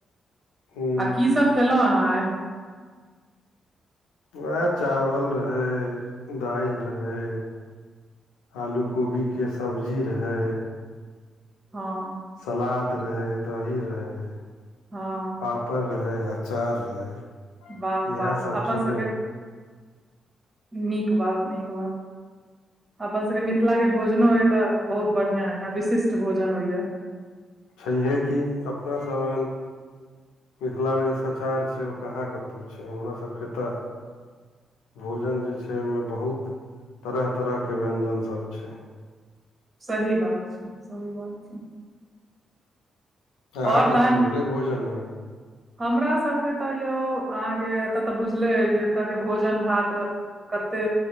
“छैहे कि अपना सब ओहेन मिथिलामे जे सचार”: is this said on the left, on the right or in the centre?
Left